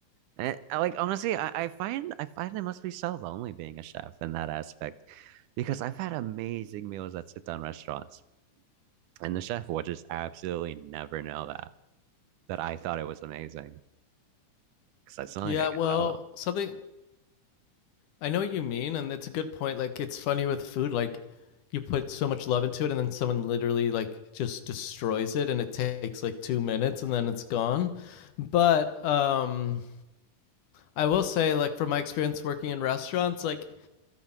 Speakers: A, on the right; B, on the left.
A: And I, like honestly, I, I find I find it must be so lonely being a chef in that aspect because I've had amazing meals at sit down restaurants And the chef would just absolutely never know that, that I thought it was amazing because it's not
B: Yeah,
A: like I could
B: well,
A: tell them.
B: something I know what you mean, and it's a good point. Like, it's funny with food, like you put so much love into it, and then someone literally like just destroys it, and it takes like two minutes, and then it's gone. But um, I will say, like, from my experience working in restaurants, like